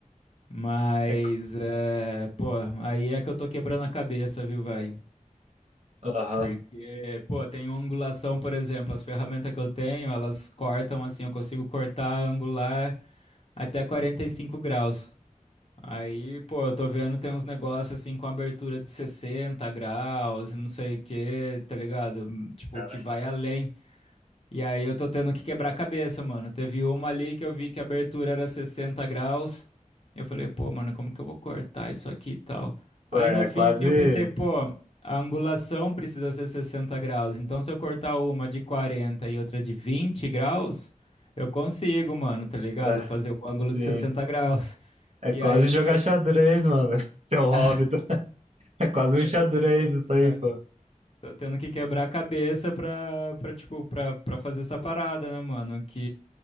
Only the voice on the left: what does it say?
Mas,
é, pô, aí é que eu tô quebrando a cabeça, viu, vai?
Porque, pô, tem angulação, por exemplo, as ferramentas que eu tenho, elas cortam assim, eu consigo cortar angular até 45 graus. Aí, pô, eu tô vendo tem uns negócios assim com abertura de 60 graus e não sei o que, tá ligado? Tipo,
que vai além. E aí eu tô tendo que quebrar a cabeça, mano. Teve uma ali que eu vi que a abertura era 60 graus. Eu falei, pô, mano, como que eu vou cortar isso aqui e tal?
Aí
no fim,
assim, eu pensei, pô, a angulação precisa ser 60 graus. Então se eu cortar uma de 40 e outra de 20 graus, eu consigo, mano, tá ligado?
Fazer o ângulo
de 60 graus.
E
aí eu
tô meio
que.
<laughs>
Eu
tô tendo isso,
velho.
Tô tendo que quebrar a cabeça pra, pra, tipo, pra, pra fazer essa parada, né, mano? Que,